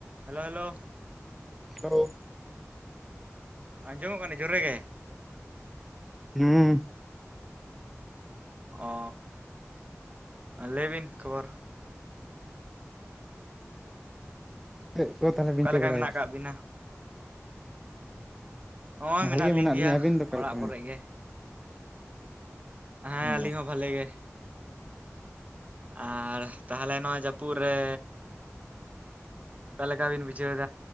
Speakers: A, on the right; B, in the centre.
A: Hello hello,
B: ᱦᱳ <inaudible>
A: ᱟᱸᱡᱚᱢᱚᱜ ᱠᱟᱱᱟ ᱡᱳᱨᱮ ᱜᱮ᱾
B: ᱦᱩᱸ,
A: ᱚ ᱞᱟᱹᱭ ᱵᱤᱱ ᱠᱷᱚᱵᱚᱨ᱾
B: ᱪᱮᱫ ᱠᱚ ᱛᱟᱦᱚᱞᱮ
A: ᱚᱠᱟ
B: ᱵᱤᱧ ᱠᱟᱹ
A: ᱞᱮᱠᱟ
B: ᱵᱟᱲᱟᱭᱮᱫᱟ?
A: ᱢᱮᱱᱟᱜ ᱟᱠᱟᱫ ᱵᱤᱱᱟ ᱦᱚᱸᱜ
B: ᱵᱷᱟᱞᱮ
A: ᱢᱮᱱᱟᱜ
B: ᱜᱮ
A: ᱞᱤᱧ ᱜᱮᱭᱟ
B: ᱞᱤᱧᱟ ᱟᱹᱵᱤᱱ ᱫᱚ ᱚᱠᱟ
A: ᱚᱲᱟᱜ
B: ᱞᱮᱠᱟ ᱢᱮᱱᱟᱜ
A: ᱠᱚᱨᱮ ᱜᱮ᱾ ᱦᱮᱸ
B: ᱵᱤᱱᱟ?
A: ᱟᱹᱞᱤᱧ ᱦᱚᱸ ᱵᱷᱟᱞᱮ ᱜᱮ᱾ ᱟᱨ ᱛᱟᱦᱞᱮ ᱱᱚᱣᱟ ᱡᱟᱹᱯᱩᱫ ᱨᱮ, ᱚᱠᱟᱞᱠᱟᱵᱤᱱ ᱵᱤᱡᱮ